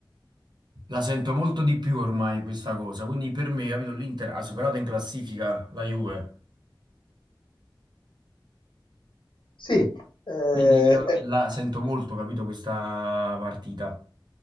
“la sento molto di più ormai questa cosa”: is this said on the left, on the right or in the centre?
Right